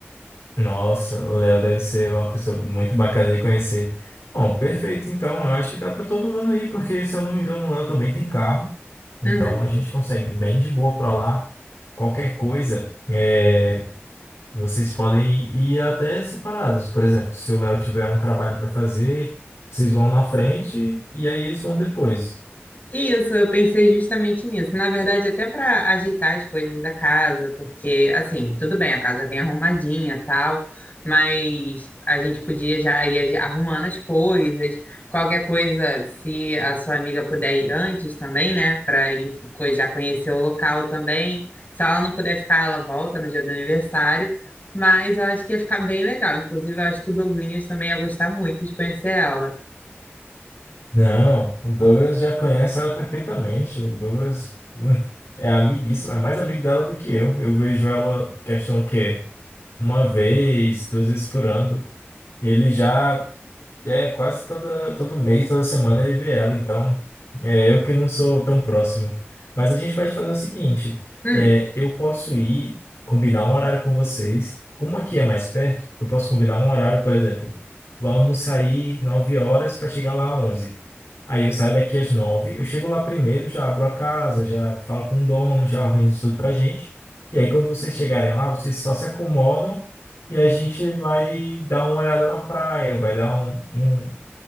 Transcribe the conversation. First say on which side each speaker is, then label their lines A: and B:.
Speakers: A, on the left; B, on the left.
A: Nossa, o Léo deve ser uma pessoa muito bacana de conhecer. Bom, perfeito, então. Eu acho que dá para todo mundo ir, porque se eu não me engano, o Léo também tem carro. Então
B: Uhum.
A: a gente consegue bem de boa para lá. Qualquer coisa. é, Vocês podem ir até separados. Por exemplo, se o Léo tiver um trabalho para fazer, vocês vão na frente e aí eles vão depois.
B: Isso, eu pensei justamente nisso. Na verdade, até para ajeitar as coisas da casa, porque, assim, tudo bem, a casa vem arrumadinha, tal, mas a gente podia já ir arrumando as coisas. Qualquer coisa, se a sua amiga puder ir antes também, né, para ir co- já conhecer o local também. Se ela não puder ficar, ela volta no dia do aniversário. Mas eu acho que ia ficar bem legal. Inclusive, eu acho que o Douglinhas também ia gostar muito de conhecer ela.
A: Não, o Douglas já conhece ela perfeitamente. O Douglas hum, é amiguíssimo, é mais amigo dela do que eu. Eu vejo ela, questão o quê? Uma vez, duas vezes por ano. Ele já É, quase toda, todo mês, toda semana ele vê ela, então é eu que não sou tão próximo. Mas a gente pode fazer o seguinte:
B: Hum.
A: é, eu posso ir combinar um horário com vocês. Como aqui é mais perto, eu posso combinar um horário, por exemplo, vamos sair 9 horas para chegar lá às 11. Aí eu saio daqui às nove, eu chego lá primeiro, já abro a casa, já falo com o dono, já organizo tudo pra gente. E aí quando vocês chegarem lá, vocês só se acomodam e a gente vai dar uma olhada na praia, vai dar um, um